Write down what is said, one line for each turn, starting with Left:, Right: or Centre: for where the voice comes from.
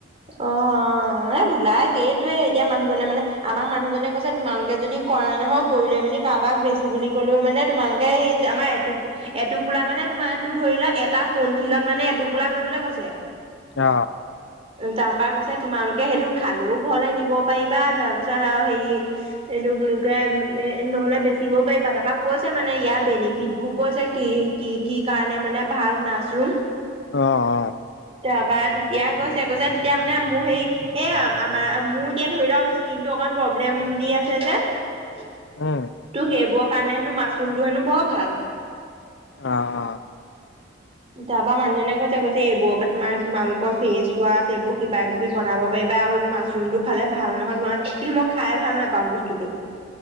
Right: অ এ বোলাই সেইটয়ে এতিয়া মানুহজনে মানে আমাক মানুহজনে কৈছে তোমালোকে যদি কৰা নহয় কৰি লৈ মেলি কাৰোবাক বেচো বুলি ক'লেও মানে তোমালোকে সেই আমাৰ এটো এটো পোলা মানে তোমাৰটো ধৰি লোৱা তাৰ পণথিলত মানে এটোপোলা কৰিবলৈ কৈছে
Left: অ
Right: তাৰ পৰাা কৈছে তোমালোকে সেইটো খালেও ঘৰলৈ নিব পাৰিবা তাৰপিছত আৰু হেৰি এইটো গোকে এ নহলে বেচিবও পাৰিবা তাৰপাক কৈছে মানে ইয়াৰ বেনিফিট বোৰ কৈছে কি কি কি কাৰণে মানে ভাল মাছৰুম
Left: অহ অ
Right: তেতি বা তেতিয়া কৈছে কৈছে তেতিয়া মানে মোৰ হেই এ আমাৰ মোৰ এতিয়া ধৰি লও স্কিন টো অকন প্ৰব্লেম দি আছে যে ত
Left: উম,
Right: সেইবোৰৰ কাৰণে হেনো মাছৰুমটো হেনো বৰ ভাল
Left: অ অ',
Right: তাৰ পৰাা মানুহজনে কৈছে কৈছে এইবোৰৰ পৰা তোমাৰ তোমালোকৰ ফেচ ৱাশ এইবোৰ কিবা কিবি বনাব পাৰিবা আৰু এইবোৰ মা ৰুমটো খালে ভাল নহয় তোমাৰ কিন্তু মই খাই ভাল নাপাওঁ বস্তুটো